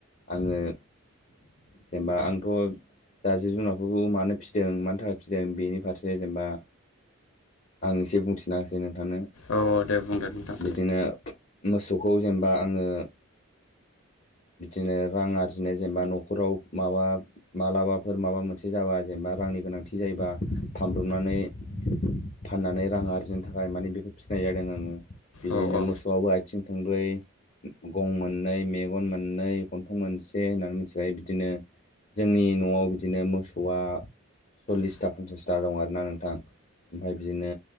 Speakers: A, on the left; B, on the left.
A: आङो जेनेबा आंथ' दा जिब जुनार मानो फिसिदों मानि थाखाय फिदों बेनि फारसे जेनेबा आं एसे बुंथिना होसै नों थांनो
B: औ दे बुंदो नोंथां
A: बिदिनो मोसौखौ जेनेबा आङो <inaudible> बिदिनो रां आरजिनाय जेनेबा न'खराव माबा मालाबाफोर माबा मोनसे जाबा जेनेबा रां -नि गोनांथि जायोबा फानब्रबनानै फाननानै रां आरजिनो थाखाय माने बेखौ फिसिनाय जादों आङो बिदिनो
B: औ औ
A: मोसौआबो आथिं थोंब्रै गं मोननै मेगन मोननै गन्थं मोनसे होननानै मिथि खायो बिदिनो जोंनि न'आव बिदिनो मोसौआ सल्लिसथा
B: औ
A: पनसासथा दं आरोना नोंथां ओमफ्राय बिदिनो